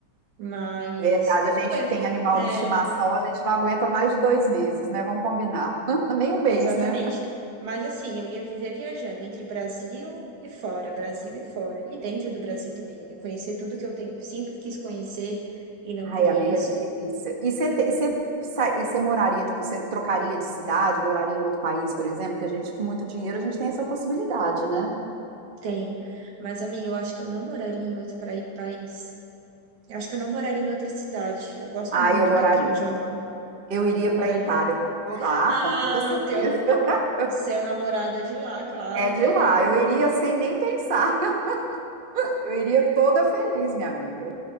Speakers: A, on the right; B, on the right.
A: Mas.
B: Verdade,
A: Ou
B: a gente
A: lev-
B: que tem animal
A: É,
B: de estimação, a gente não aguenta mais de dois meses, né? Vamos combinar. <laughs> Nem um mês,
A: exatamente.
B: né?
A: Mas assim, eu ia viver viajando entre Brasil e fora, Brasil e fora, e dentro do Brasil também. Eu conhecer tudo que eu tenho, sempre quis conhecer e não
B: Ai,
A: conheço,
B: amiga, que delícia. E você te- você sa- e você moraria, tipo, você trocaria de cidade, moraria em outro país, por exemplo? Que a gente, com muito dinheiro, a gente tem essa possibilidade, né?
A: tem. Mas, amiga, eu acho que eu não moraria em outro prai- país. Eu acho que eu não moraria em outra cidade. Eu gosto
B: Ah,
A: muito
B: eu moraria.
A: daqui onde eu moro.
B: Eu iria
A: Tu
B: para
A: moraria?
B: Itália com toda, ah,
A: Ah,
B: com toda certeza.
A: teu
B: <laughs>
A: Seu namorado é de lá, claro,
B: É
A: até
B: de lá.
A: eu iria.
B: Eu iria sem nem pensar. <laughs> Eu iria toda feliz, minha amiga.